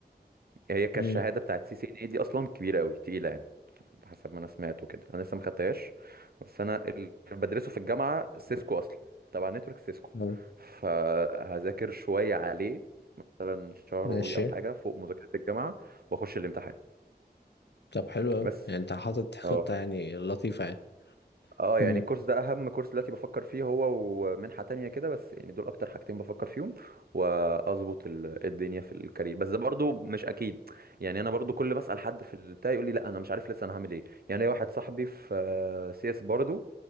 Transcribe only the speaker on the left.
امم
حلو.
ماشي
طب حلو اوي
يعني انت حاطط خطة
يعني لطيفة يعني
امم